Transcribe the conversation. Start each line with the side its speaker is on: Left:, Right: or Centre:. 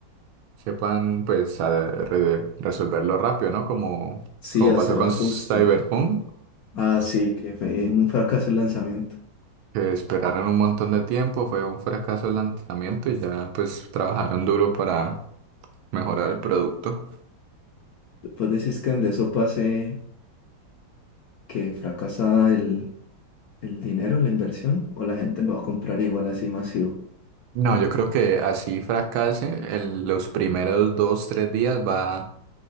Right: sepan pues a- re- resolverlo rápido, ¿no? Como,
Left: Sí,
Right: como
Left: hacer
Right: pasó con
Left: ajustes.
Right: Cyberpunk,
Left: Ah, sí, que fue un fracaso el lanzamiento.
Right: que esperaron un montón de tiempo, fue un fracaso el lanzamiento y ya pues trabajaron duro para mejorar el producto.
Left: Después decís que donde eso pase que fracasa el, el dinero, la inversión, o la gente lo va a comprar igual así masivo.
Right: No, yo creo que así fracase, el- los primeros dos, tres días va,